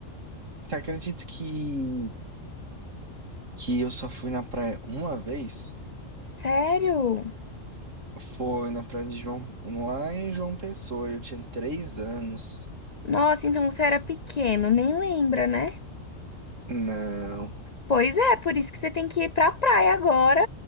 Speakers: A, on the right (about 70°); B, on the left (about 40°).
A: Você acredita que, que eu só fui na praia uma vez?
B: Sério?
A: Foi na praia de João, lá em João Pessoa, eu tinha três anos.
B: Nossa, então você era pequeno, nem lembra, né?
A: Não.
B: Pois é, por isso que você tem que ir pra praia agora,